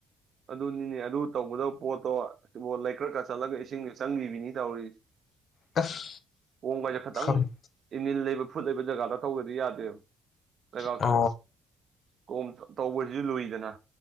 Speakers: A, on the right (about 55°); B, on the left (about 55°).
A: ꯑꯗꯨꯅꯤꯅꯦ ꯑꯗꯨ ꯇꯧꯒꯗꯕ ꯄꯣꯠꯇꯣ ꯇꯕꯣꯜ ꯂꯩ ꯈ꯭ꯔ ꯀꯥ ꯆꯠꯂꯒ ꯏꯁꯤꯡ ꯆꯪꯗꯕꯤꯅꯤ ꯌꯥꯧꯔꯤ
B: ꯑꯁ
A: ꯍꯣꯡꯕ ꯍꯥꯏꯁꯦ ꯈꯈꯤꯇꯪ
B: ꯈꯪ
A: ꯏꯃꯦꯜ ꯂꯩꯕ ꯐꯨꯠ ꯂꯩꯕ ꯖꯒꯥꯗ ꯇꯧꯗꯗꯤ ꯌꯥꯗꯦꯕ ꯂꯩꯕꯥꯛꯇꯤ
B: ꯑ
A: ꯀꯣꯝ ꯇꯧꯕꯁꯤꯁꯨ ꯂꯨꯏꯗꯅ